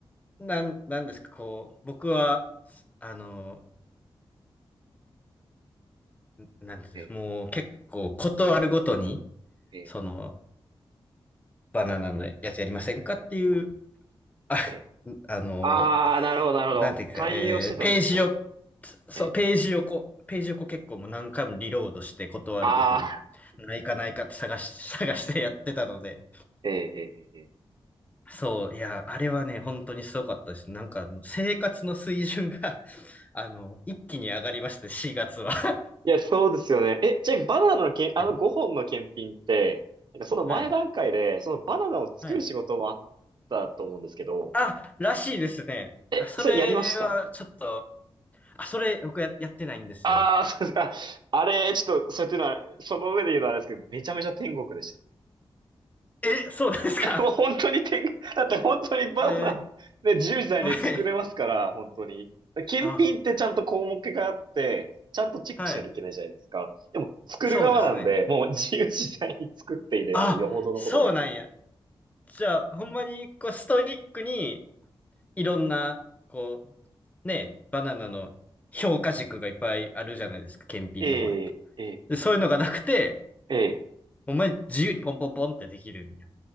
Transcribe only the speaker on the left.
なん、なんですか、こう、僕は、あの、なんていうんです、
もう結構ことあるごとに、
その、バナナのやつやりませんかっていう、あ、
あの、
なんていうか、
えーページを、そう、
ページをこう、ページをこう結構もう何回もリロードして断るごとに、
ないかないかって探し、<laughs> 探してやってたので、
そう、いや、あれはね、本当にすごかったです。なんかあの、生活の水準が、<laughs> あの、一気に上がりまして、4月は。
うん
はい。
はい。あ、らしいですね。
あそれはちょっと、
あ、それ僕や、やってないんですよ。
え、そうなんですか
えー
はい。
あ、
はい。
そうですね。
あ、
そうなんや。じゃあ、ほんまに、こう、ストイックに、いろんな、こう、ね、バナナの評価軸がいっぱいあるじゃないですか、検品の方やと。
でそういうのがなくて、
ほんまに自由にポンポンポンってできるんや。